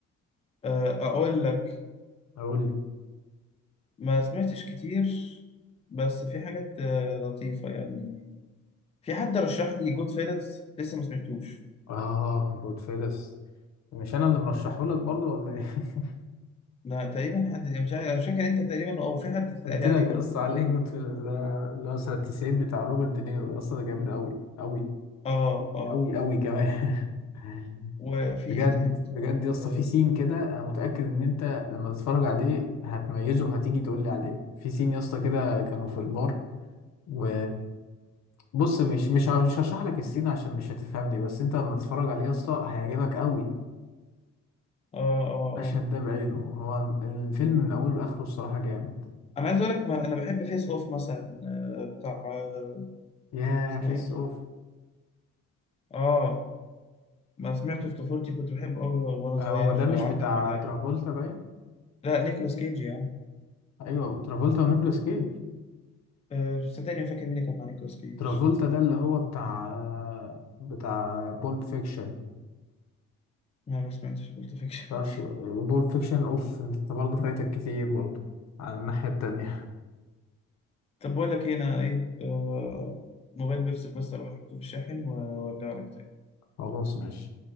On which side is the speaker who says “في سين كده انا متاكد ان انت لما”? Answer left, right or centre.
Left